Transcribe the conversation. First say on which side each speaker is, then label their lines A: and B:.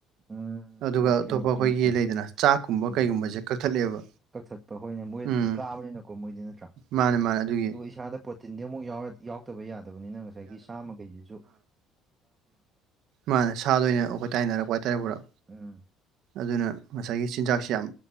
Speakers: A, on the right (about 30°); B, on the right (about 65°).
A: ꯎꯝ
B: ꯑꯗꯨꯒ
A: ꯑꯣꯀꯦ
B: ꯑꯇꯣꯞꯄ
A: ꯑꯣꯀꯦ
B: ꯑꯩꯈꯣꯏꯒꯤ
A: ꯑꯣꯀꯦ
B: ꯂꯩꯗꯅ ꯆꯥꯛꯀꯨꯝꯕ
A: ꯎꯝ
B: ꯀꯩꯒꯨꯝꯕꯖꯦ ꯀꯛꯊꯠꯂꯦꯕ
A: ꯀꯛꯊꯠꯄ ꯍꯣꯏꯅꯦ ꯃꯣꯏꯗꯤ
B: ꯎꯝ
A: ꯎ ꯀꯥꯕꯅꯤꯅꯀꯣ ꯃꯣꯏꯗꯤ ꯅꯠꯇ꯭ꯔꯥ
B: ꯃꯥꯅꯦ ꯃꯥꯅꯦ ꯑꯗꯨꯒꯤ
A: ꯑꯗꯨꯒ ꯏꯁꯥꯗ ꯄ꯭ꯔꯣꯇꯤꯟꯗꯤ ꯑꯃꯨꯛ ꯌꯥꯎꯔ ꯌꯥꯎꯗꯕ ꯌꯥꯗꯕꯅꯤꯅ ꯉꯁꯥꯏꯒꯤ ꯁꯥꯃꯒꯩꯖꯤꯖꯨ
B: ꯃꯥꯅ ꯁꯥ ꯂꯣꯏꯅ ꯑꯩꯈꯣꯏ ꯇꯥꯏꯅꯔꯛꯄ ꯍꯥꯏꯇꯥꯔꯦ ꯄꯨꯔꯥ
A: ꯎꯝ
B: ꯑꯗꯨꯅ ꯉꯁꯥꯏꯒꯤ ꯆꯤꯟꯖꯥꯛꯁꯤ ꯌꯥꯝ